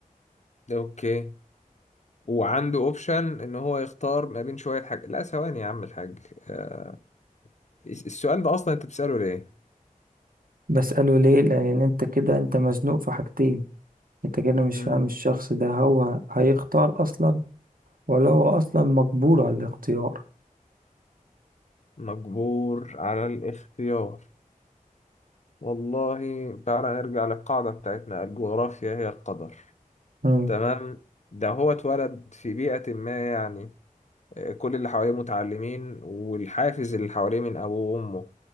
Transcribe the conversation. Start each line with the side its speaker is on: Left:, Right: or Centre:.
Left: اوكي وعنده اوبشن ان هو يختار ما بين شوية حاجة لا ثواني يا عم الحاج آه، السؤال ده اصلا انت بتسأله ليه؟
Right: بسأله ليه لأن أنت كده أنت مزنوق في حاجتين أنت كده مش
Left: امم
Right: فاهم الشخص ده هو هيختار أصلا ولا هو أصلا مجبور على الاختيار
Left: مجبور على الاختيار والله تعالى نرجع للقاعدة بتاعتنا الجغرافيا هي القدر
Right: امم
Left: تمام ده هو اتولد في بيئة ما يعني آه، كل اللي حواليه متعلمين والحافز اللي حواليه من أبوه وأمه